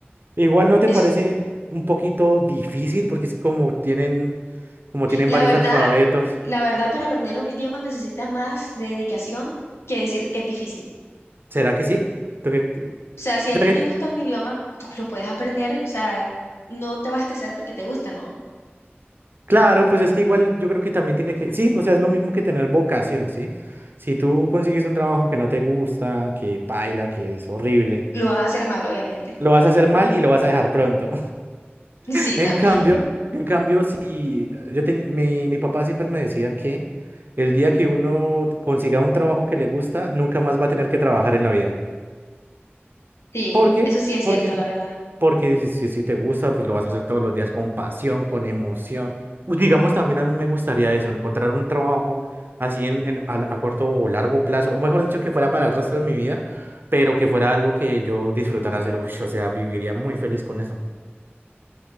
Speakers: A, on the right; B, on the left.
A: Igual no te
B: Es,
A: parece un poquito difícil porque es como tienen, como tienen
B: la
A: varios
B: verdad,
A: alfabetos.
B: la verdad, para aprender un idioma necesitas más dedicación que decir que es difícil.
A: ¿Será que sí? ¿Tú qué- o
B: O sea, si a
A: sea
B: ti
A: que-
B: te gusta un idioma, tú lo puedes aprender, o sea, no te vas a estresar porque te gusta, ¿no?
A: claro, pues es que igual yo creo que también tiene que, sí, o sea, es lo mismo que tener vocación, ¿sí? Si tú consigues un trabajo que no te gusta, que paila, que es horrible,
B: Lo vas a hacer mal, obviamente.
A: lo vas a hacer mal y lo vas a dejar pronto.
B: <laughs> Sí,
A: En
B: también.
A: cambio, en cambio, si yo ten- mi, mi papá siempre me decía que el día que uno consiga un trabajo que le gusta, nunca más va a tener que trabajar en la vida.
B: Sí,
A: ¿Por qué?
B: eso sí es
A: Porque,
B: cierto, la verdad.
A: porque si, si- si te gusta, pues lo vas a hacer todos los días con pasión, con emoción. Pues digamos, también a mí me gustaría eso, encontrar un trabajo así en, en- a, la- a corto o largo plazo, o mejor dicho, que fuera para el resto de mi vida, pero que fuera algo que yo disfrutara hacer. Ush, o sea, viviría muy feliz con eso.